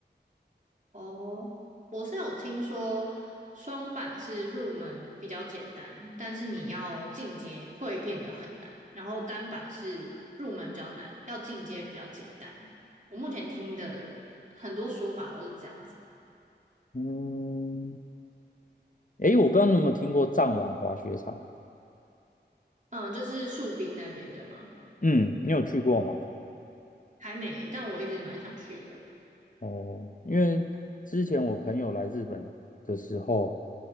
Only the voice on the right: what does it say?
哦，我是有听说双板是入门比较简单，但是你要进阶会变得很难。然后单板是入门比较难，要进阶比较简单。我目前听的很多说法都是这样子。
嗯，就是树冰那边对吗？
还没，但我一直蛮想去的。